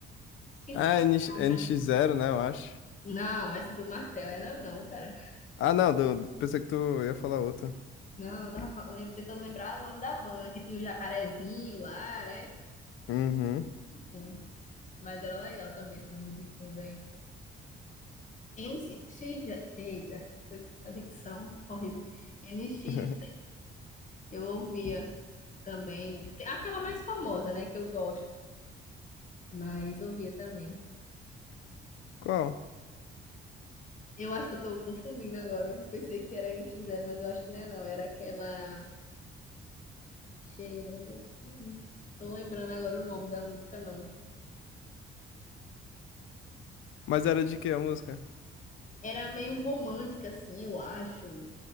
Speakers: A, on the left (about 40°); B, on the left (about 80°).
A: Esqueci
B: Ah,
A: o
B: NX, nx
A: nome, né?
B: zero né, eu acho.
A: Não, essa do martelo ainda não, cara.
B: Ah, não, do- pensei que tu ia falar outra.
A: Não, eu tava fal- lem- tentando lembrar o nome da banda, que tinha o jacarezinho lá, né?
B: Uhum.
A: Enfim, mas era legal também essas musiquinhas aí. N NX, eita, foi a dicção horrível. N X
B: <laughs>
A: Eu ouvia também. Aquela mais famosa, né? Que eu gosto. Mas ouvia também.
B: Qual?
A: Eu acho que eu tô confundindo agora. Eu Pensei que era N X zero, mas eu acho que não é não. Era aquela. Chega, meu Deus. Não Tô lembrando agora o nome da música, não.
B: Mas era de que a música?
A: Era meio romântica, assim, eu acho.